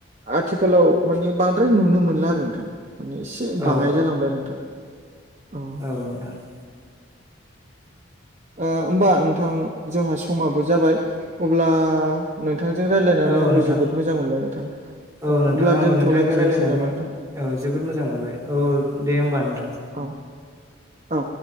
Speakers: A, on the right (about 35°); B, on the right (about 15°).
A: आथिखालाव माने बांद्राय नुनो मोनला आरो नोंथां माने इसे से
B: औ
A: बाङाय जालांबाय आरो नोंथां अ
B: <unintelligible>
A: ओ होमबा नोंथां जोंहा समाबो जाबाय अब्ला ओ नोंथांजों रायजलायनानै
B: औ
A: आंबो
B: नोंथां
A: जोबोद मोजां मोनबाय नोंथां
B: औ नोंथां
A: अब्ला
B: आंबो
A: दोनथ'लायदिनोसै
B: नोंथांजों रायलायनानै
A: नामा नोंथां
B: औ जोबोद मोजां मोनबाय औ दे होनबा नोंथां
A: औ औ